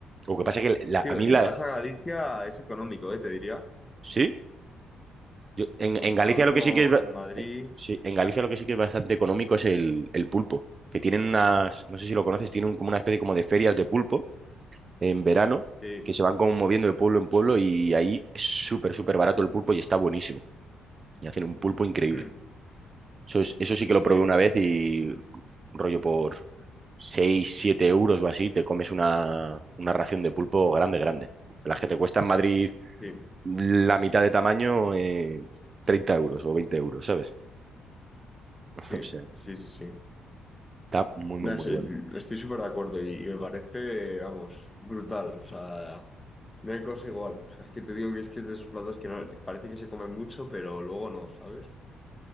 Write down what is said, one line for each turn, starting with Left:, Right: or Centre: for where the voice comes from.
Right: Lo que pasa es que la-
Left: Sí,
Right: a
Left: pero
Right: mí
Left: si
Right: la...
Left: te vas a Galicia es económico, eh, te diría.
Right: ¿Sí? Yo- en,
Left: Comparado
Right: en Galicia lo
Left: con
Right: que sí que es...
Left: Madrid,
Right: Sí, en Galicia lo que sí que es bastante económico es el, el pulpo, que tienen unas, no sé si lo conoces, tienen como una especie como de ferias de pulpo en verano,
Left: sí,
Right: que se van como moviendo de pueblo en pueblo y ahí es súper, súper barato el pulpo y está buenísimo. Y hacen un pulpo increíble.
Left: Mm,
Right: Eso, es- eso sí que lo
Left: sí,
Right: probé una vez y rollo por 6 7 euros o así, te comes una, una ración de pulpo grande, grande. De Las que te cuesta en Madrid
Left: sí,
Right: la mitad de tamaño, eh, 30 euros o 20 euros, ¿sabes? <laughs>
Left: sí,
Right: O sea,
Left: sí, sí, sí.
Right: está muy,
Left: No,
Right: muy, muy
Left: es- estoy
Right: bueno.
Left: súper de acuerdo y, y me parece, vamos, brutal. O sea, No hay cosa igual. O sea, es que te digo que es que es de esos platos que no, parece que se comen mucho, pero luego no, ¿sabes?